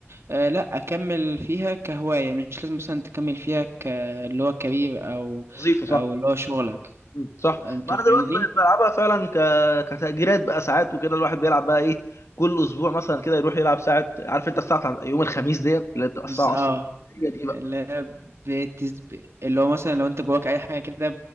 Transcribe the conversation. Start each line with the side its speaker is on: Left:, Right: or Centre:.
Right: آه لا اكمل فيها كهوايه مش لازم مثلا تكمل فيها ك اللي هو كارير او
Left: وظيفه صح
Right: او اللي هو شغلك
Left: مم. صح
Right: انت
Left: ما انا
Right: فاهمني
Left: دلوقتي بقيت بلعبها فعلا ك... كتأجيلات بقى ساعات وكده الواحد بيلعب بقى ايه كل اسبوع مثلا كده يروح يلعب ساعه عارف انت الساعه بتاعت يوم الخميس ديت اللي بتبقى
Right: بس
Left: الساعه
Right: اه
Left: 10 بالليل هي دي بقى
Right: لا بتز... اللي هو مثلا لو انت جواك اي حاجه كده